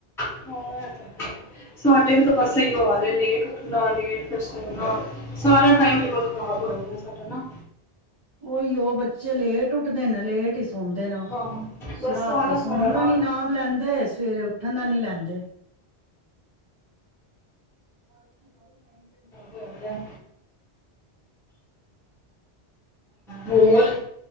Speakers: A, in the centre; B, on the right (about 55°).
A: ਹਾਂ ਐਹ ਤਾਂ ਹੈ। ਸਾਡੇ ਵੀ ਤਾਂ ਬਸ ਏਈਓ ਹਾਲ ਐ ਲੇਟ ਉੱਠਨਾ ਲੇਟ ਫੇਰ ਸੋਨਾ ਸਾਰਾ ਟਾਈਮ ਟੇਬਲ ਖ ਖਰਾਬ ਹੋ ਜਾਂਦੈ ਸਾਡਾ ਨਾ।
B: ਓਈ ਓ ਬੱਚੇ ਲੇਟ ਉੱਠਦੇ ਨੇ ਲੇਟ ਈ ਸੌਦੇ ਨੇ
A: ਹਾਂ ਬਸ
B: ਰਾਤੀ
A: ਸਾਰਾ
B: ਸੋਨ
A: ਸਾਡਾ ਨਾ
B: ਦਾ ਨੀ ਨਾਮ ਲੈਂਦੇ ਸਵੇਰੇ ਉੱਠਨ ਦਾ ਨੀ ਲੈਂਦੇ। <inaudible>
A: ਹੋ ਜਾ ਹੋਰ